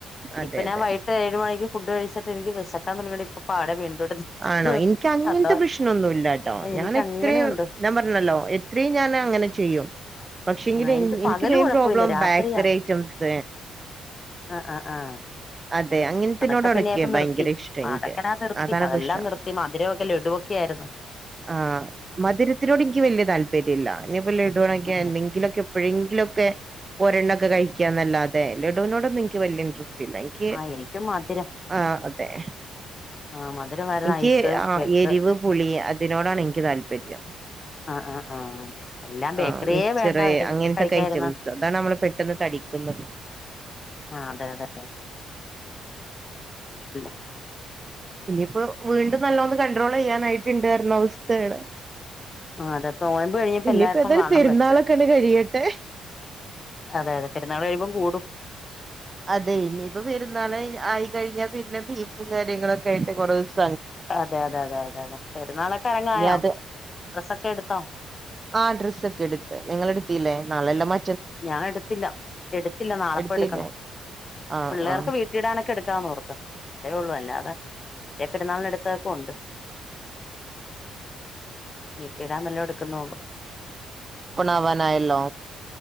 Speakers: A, on the right; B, on the left.
A: അതെ
B: ഇപ്പ
A: അതെ
B: ഞാൻ വൈകിട്ട് ഏഴ് മണിക്ക് ഫുഡ് കഴിച്ചിട്ടെനിക്ക് വെശക്കാൻ തുടങ്ങിട്ട് പ്പ പാടെ <unintelligible>
A: ആണോ എനിക്കങ്ങൻത്തെ
B: അതാ
A: പ്രശ്നൊന്നുല്ലാട്ടോ
B: എനിക്ക്
A: ഞാനെത്രെം
B: അങ്ങനെയുണ്ട്
A: ഞാം പറഞ്ഞല്ലോ എ ത്രെം ഞാനങ്ങനെ ചെയ്യും. പക്ഷെങ്കില്
B: ആഹ് എനിക്ക്
A: ൻ
B: പകല്
A: ഇൻക്ക് മെയിൻ
B: കുഴപ്പമില്ല
A: പ്രോബ്ലം
B: രാത്രിയാ
A: ബേക്കറി ഐറ്റംസ്
B: അഹ് ആഹ് ആഹ്
A: അതെ അങ്ങനത്തിനോടാണൊക്കെ
B: അതൊക്കെ പിന്നെ ഞാൻ പ്പം നിർത്തി
A: ഭയങ്കര ഇഷ്ടം എനിക്ക്
B: അതൊക്കെ നാ നിർത്തി
A: അതാണ്
B: അതെല്ലാം
A: പ്രശ്നം
B: നിർത്തി മധുരൊക്കെ ലഡു കേരുന്നു
A: ആഹ് മദ് രത്തിനോട് ൻക്കി വല്യ താല്പര്യല്ല ഇനിപ്പോ ലഡു വാങ്ങിക്കാനെന്നെങ്കിലൊക്കെ
B: ആ
A: എപ്പഴെങ്കിലൊക്കെ ഒരെണ്ണൊക്കെ കഴിക്കാന്നല്ലാതെ ലഡൂനോടൊന്നും ൻക്കി വല്യ ൻട്രസ്റ്റ്ല്ലായ് കെ
B: ആ എനിക്കും മധുരം
A: ആഹ് അതെ
B: ആ മധുരമായിരുന്നു
A: നിക്ക്
B: ഐസ്
A: ആഹ്
B: കേക്ക്
A: എരിവ്, പുളി അതിനോടാണെനിക്ക് താല്പര്യം.
B: ആ ആ ആ എല്ലാം ബേക്കറിയേ
A: ആഹ് മിച്ചറ്
B: വേണ്ട
A: അങ്ങനത്തെക്കെ
B: കഴിക്കായിരുന്ന
A: ഐറ്റംസ് അതാണ് നമ്മള് പെട്ടെന്ന് തടി ക്കുന്നത്.
B: ആഹ് അതെ അതെ <unintelligible>
A: ഇനിപ്പോ വീണ്ടും നല്ലോന്ന് കണ്ട്രോളെയ്യാനായിട്ടുണ്ട് അർന്നവസ്ഥയാണ്.
B: ആ അതെ നോയമ്പ് കഴിഞ്ഞപ്പോ
A: ഇനിപ്പേതാലും
B: എല്ലാർക്കും വണ്ണം
A: പെരുന്നാളൊക്കണ്ട്
B: വെച്ച്
A: കഴിയട്ടെ.
B: അതെ അതെ പെരുന്നാള്കഴിയുമ്പം കൂടും.
A: അതെ ഇനിയിപ്പൊ പെരുന്നാള് കയി ആയികഴിഞ്ഞാ പിന്നെ ബീഫും കാര്യങ്ങളൊക്കായിട്ട് കൊറെസ്
B: അതെ അതെ അതെ അതെ അതെ പെരുന്നാളൊക്കെ രങ്ങായോ?
A: ഇനി അത്
B: ഡ്രസ്സൊക്കെ എടുത്തോ?
A: ആഹ് ഡ്രസ്സൊക്കെടുത്ത്. നിങ്ങളെടുത്തില്ലേ? നാളെയല്ല മ
B: ഞാ എടുത്തില്ല എടുത്തില്ല നാളെപ്പോയെടുക്കണം.
A: എടുത്തില്ലേ ആ
B: പിള്ളേർക്ക്
A: ആ
B: വീ ട്ടിടാനൊക്കെ എടുക്കാന്നോർത്ത് അതേ ഉള്ളൂ അല്ലാതെ മറ്റേ പെരുന്നാൾനെടുത്തൊക്കെ ഉണ്ട്. വീട്ടിടാൻ വല്ലൊ എടുക്കുന്നോള്ളു
A: ക്കൊണാവാനായല്ലോ